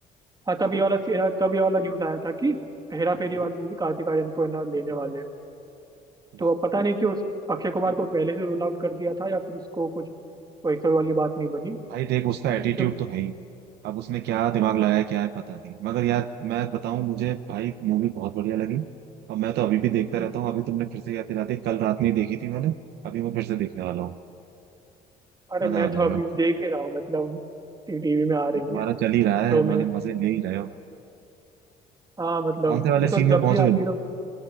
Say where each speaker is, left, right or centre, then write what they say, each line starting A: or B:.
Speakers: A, on the right; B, on the right.
A: हाँ तब ये वाला सी- है ना, तब ये वाला न्यूज आया था कि हेरा फेरी वाले में भी कार्तिक आर्यन को है ना लेने वाले हैं।
B: वाह
A: तो अब पता नहीं कि उस अक्षय कुमार को पहले से रूल आउट कर दिया था या फिर उसको कुछ वैसा वाली बात नहीं बनी
B: भाई देख उसका एटीट्यूड
A: तो
B: तो है ही अब उसने क्या दिमाग लगाया क्या है पता नहीं मगर यार मैं बताऊं मुझे भाई मूवी बहुत बढ़िया लगी और मैं तो अभी भी देखता
A: हम्म,
B: रहता हूँ अभी तुमने फिर से याद दिला दी कल रात में ही देखी थी मैंने अभी मैं फिर से देखने वाला हूँ
A: अरे
B: मजा
A: मैं
B: आ जाएगा
A: तो अभी देख ही रहा हूँ मतलब टीवी में आ रही
B: ये तुम्हारा
A: है
B: चल ही रहा
A: तो
B: है मजे
A: मैं
B: मजे ले ही रहे हो
A: हाँ मतलब
B: कौन से वाले
A: वो
B: सीन
A: तो जब
B: में पहुंच
A: भी आती
B: गए हो?
A: है तो